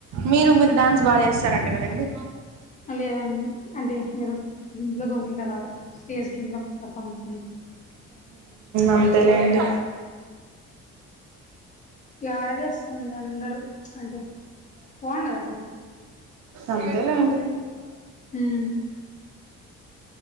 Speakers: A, on the right; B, on the left.
A: మీరు మీరు డ్యాన్స్ బాగా చేస్తారంట కదండి
B: లేద అంటే ఏదో గుంలో గోవింద స్టేజ్ కింద పర్ఫార్మెన్స్ ఉంతే
A: అంతేలేండి
B: ఏడ చేస్తాముడి అందరుూ అంటే బాగుండద
A: అంతేలేండి
B: ఉమ్